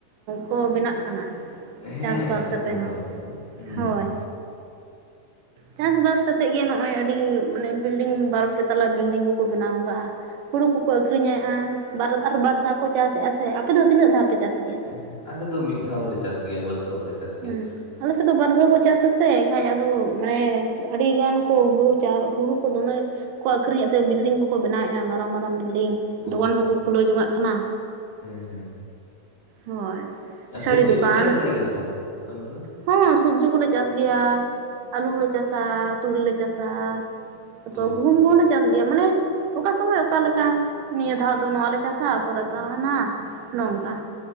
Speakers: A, on the right; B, on the left.
A: ᱠᱚ ᱵᱮᱱᱟᱜ ᱠᱟᱱᱟ
B: ᱦᱮᱸ
A: ᱪᱟᱥᱵᱟᱥ
B: ᱮᱠᱫᱚᱢ
A: ᱠᱟᱛᱮᱜ
B: ᱮᱠᱫᱚᱢ
A: ᱦᱚᱸ
B: ᱦᱩᱸ
A: ᱦᱳᱭ ᱪᱟᱥᱵᱟᱥ ᱠᱟᱛᱮᱜ ᱜᱮ ᱱᱚᱜ-ᱚᱭ ᱟᱹᱰᱤ ᱢᱟᱱᱮ ᱵᱤᱞᱰᱤᱝ ᱵᱟᱨᱯᱮ ᱛᱟᱞᱟ ᱵᱤᱞᱰᱤᱝ ᱠᱚᱠᱚ ᱵᱮᱱᱟᱣ ᱟᱠᱟᱫᱟᱼᱟ ᱦᱩᱲᱩ ᱠᱩᱠᱚ ᱟᱹᱠᱷᱨᱤᱧᱮᱼᱟ ᱵᱟᱨ ᱵᱟᱨ ᱫᱷᱟᱣ ᱠᱚ ᱪᱟᱥᱮᱫᱼᱟ ᱥᱮ ᱟᱯᱮ ᱫᱚ ᱛᱤᱱᱟᱹᱜ ᱫᱷᱟᱣ ᱯᱮ ᱪᱟᱥ ᱜᱮᱭᱟ
B: ᱦᱮᱸ ᱟᱞᱮ ᱫᱚ ᱢᱤᱫ ᱫᱷᱟᱣᱞᱮ ᱪᱟᱥ ᱜᱮᱭᱟ ᱵᱟᱨ ᱫᱷᱟᱣ ᱵᱟᱞᱮ ᱪᱟᱥ ᱜᱮᱭᱟ
A: ᱦᱩᱸ ᱟᱞᱮ ᱟᱞᱮ ᱥᱮᱫ ᱫᱚ ᱵᱟᱨᱫᱷᱟᱣ ᱠᱚ ᱪᱟᱥᱟ ᱥᱮ ᱮᱱᱠᱷᱷᱟᱡ ᱟᱫᱚ ᱢᱟᱱᱮ ᱟᱹᱰᱤᱜᱟᱱ ᱠᱚ ᱦᱩᱲᱩ ᱪᱟ. ᱦᱩᱲᱩ ᱠᱚ ᱫᱚᱢᱮ ᱠᱚ ᱟᱠᱷᱨᱤᱧᱮᱫ ᱛᱮ ᱵᱤᱞᱰᱤᱝ ᱠᱚᱠᱚ ᱵᱮᱱᱟᱣᱮᱫᱼᱟ ᱢᱟᱨᱟᱝ ᱢᱟᱨᱟᱝ ᱵᱤᱞᱰᱤᱧ
B: ᱳ
A: ᱫᱚᱠᱟᱱ ᱠᱚᱠᱚ ᱠᱷᱩᱞᱟᱹᱣ ᱡᱚᱝᱟᱜ ᱠᱟᱱᱟ᱾
B: ᱦᱮᱸ ᱦᱮᱸ
A: ᱦᱳᱭ
B: ᱟᱨ
A: ᱥᱟᱹᱲᱤ
B: ᱥᱚᱵᱽᱡᱤ
A: ᱫᱚᱠᱟᱱ
B: ᱠᱚ ᱪᱟᱥ ᱵᱟᱲᱟᱭ ᱜᱮᱭᱟ ᱥᱮ ᱵᱟᱝ ᱟᱯᱮ ᱚᱱᱛᱮ ᱫᱚ
A: ᱦᱚᱸ ᱥᱚᱵᱽᱡᱤ ᱠᱚᱞᱮ ᱪᱟᱥ ᱜᱮᱭᱟ ᱟᱹᱞᱩ ᱦᱚᱸᱞᱮ ᱪᱟᱥᱟ ᱛᱩᱲᱤᱞᱮ ᱪᱟᱥᱟ ᱛᱟᱯᱨᱮ
B: ᱳ
A: ᱜᱩᱦᱩᱢ ᱠᱚᱦᱚᱸ ᱞᱮ ᱪᱟᱥ ᱜᱮᱭᱟ ᱢᱟᱱᱮ ᱚᱠᱟ ᱥᱚᱢᱚᱭ ᱚᱠᱟ ᱞᱮᱠᱟ ᱱᱤᱭᱟᱹ ᱫᱷᱟᱣ ᱫᱚ ᱱᱚᱣᱟᱞᱮ ᱪᱟᱥᱟ ᱯᱚᱨᱮ ᱫᱟᱣ ᱦᱟᱱᱟ ᱱᱚᱝᱠᱟ